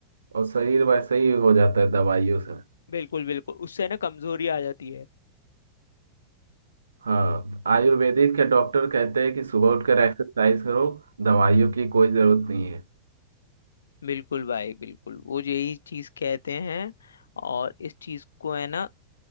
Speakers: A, on the right (about 70°); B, on the left (about 70°).
A: और शरीर वैसे ही हो जाता है दवाइयों से
B: बिल्कुल बिल्कुल उससे ना कमजोरी आ जाती है
A: हाँ आयुर्वेदिक के डॉक्टर कहते हैं कि सुबह उठकर एक्सरसाइज करो दवाइयों की कोई ज़रूरत नहीं है
B: बिल्कुल भाई बिल्कुल वो यही चीज कहते हैं और इस चीज को है ना